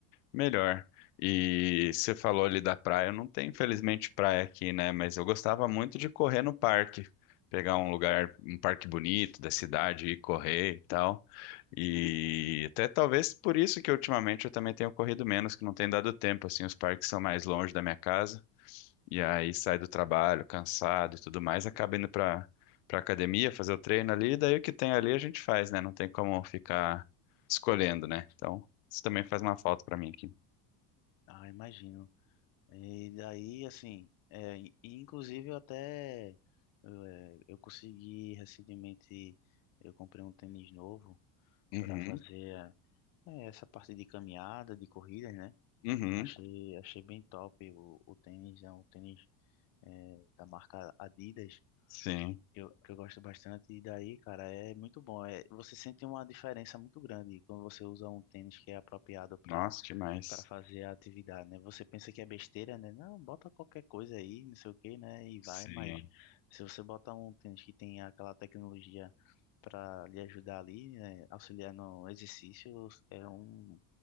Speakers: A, on the left (about 80°); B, on the left (about 50°).
A: Melhor. E você falou ali da praia, não tem infelizmente praia aqui, né? Mas eu gostava muito de correr no parque, pegar um lugar, um parque bonito da cidade, e correr e tal. E até talvez por isso que ultimamente eu também tenho corrido menos, que não tem dado tempo, assim, os parques são mais longe da minha casa. E aí sai do trabalho, cansado e tudo mais, acaba indo pra, pra academia, fazer o treino ali, e daí o que tem ali a gente faz, né? Não tem como ficar escolhendo, né? Então, isso também faz uma falta pra mim aqui.
B: Ah, imagino. E daí, assim, é, e- e inclusive eu até eh, eu consegui recentemente, eu comprei um tênis novo
A: Uhum,
B: para fazer eh, essa parte de caminhada, de corrida, né?
A: uhum,
B: Achei, achei bem top o, o tênis, é um tênis é, da marca Adidas,
A: sim.
B: que eu, que eu gosto bastante, e daí, cara, é muito bom. É, você sente uma diferença muito grande quando você usa um tênis que é apropriado para
A: Nossa, demais.
B: para fazer a atividade, né? Você pensa que é besteira, né? Não, bota qualquer coisa aí, não sei o que, né? E
A: Sim.
B: vai, mas se você bota um tênis que tem aquela tecnologia para lhe ajudar ali, né? Auxiliar no exercício, é um,